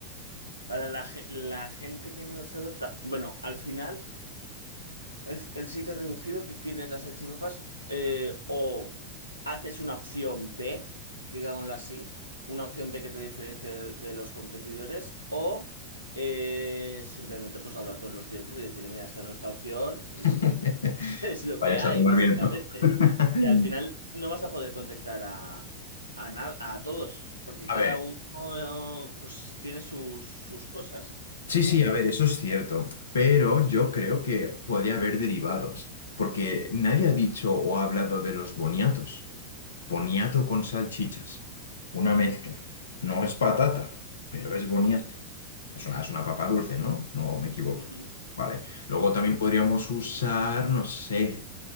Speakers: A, on the left; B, on the left.
A: para la, ge- la gente que no se adapta, bueno, al final, el, el sitio reducido, tú tienes las salchipapas eh, o haces una opción B, digámoslo así, una opción B que te diferencia de, de los competidores, o eh, simplemente pues hablar con los clientes y decir, mira, esta es nuestra opción, mm,
B: <laughs>
A: <laughs> Es lo
B: Vayas
A: que hay,
B: a tomar
A: básicamente.
B: viento. <laughs>
A: Que al final no vas a poder contactar a, a, na- a todos, porque
B: A
A: cada
B: ver.
A: uno eh, pues tiene sus, sus cosas,
B: Sí,
A: ¿no?
B: sí, a ver, eso es cierto, pero yo creo que podría haber derivados, porque nadie ha dicho o ha hablado de los boniatos. Boniato con salchichas, una mezcla. No es patata, pero es boniato.
A: Ujú.
B: Es una, es una papa dulce, ¿no? No me equivoco.
A: Ujú.
B: Vale. Luego
A: Sí,
B: también podríamos usar, no sé,